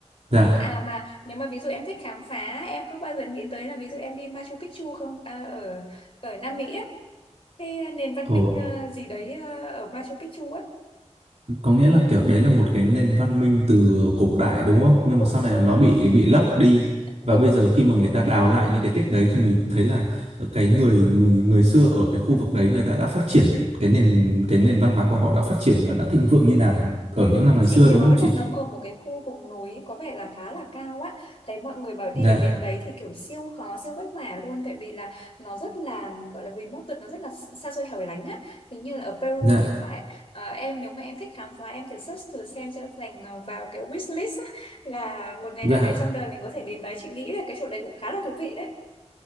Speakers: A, on the right; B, on the left.
A: dạ
B: à mà nếu mà ví dụ em thích khám phá em có bao giờ nghĩ tới là ví dụ em đi Machu Picchu không à, ở ở Nam Mỹ á cái ờ, nền văn
A: ồ
B: minh ờ, gì đấy ờ, ở Machu Picchu á
A: có nghĩa là kiểu đấy là một cái nền văn minh từ cổ đại đúng không nhưng
B: Đúng
A: mà sau này
B: rồi,
A: là nó bị bị lấp đi
B: đúng
A: và bây giờ
B: rồi,
A: khi mà người ta đào lại những cái tích đấy thì mới thấy là cái người người người xưa ở cái khu vực đấy người ta đã phát triển cái nền cái nền văn hóa của họ đã phát triển và đã thịnh vượng như nào ở
B: đúng
A: những năm
B: rồi.
A: ngày
B: Chị
A: xưa
B: nhớ
A: đúng không
B: là
A: chị
B: nó ở một cái khu vùng núi có vẻ là khá là cao á. Thấy mọi người bảo đi
A: dạ
B: được đến đấy thì kiểu siêu khó, siêu vất vả luôn. Tại vì là nó rất là gọi là remote, nó rất là xa xôi hẻo lánh á. Hình như là ở Peru
A: dạ
B: thì phải ờ, em nếu mà em thích khám phá em thử search thử xem cho thành ờ, vào cái wish list á, là một ngày
A: dạ
B: nào đấy trong đời mình có thể đến đấy. Chị nghĩ là cái chỗ đấy cũng khá là thú vị đấy.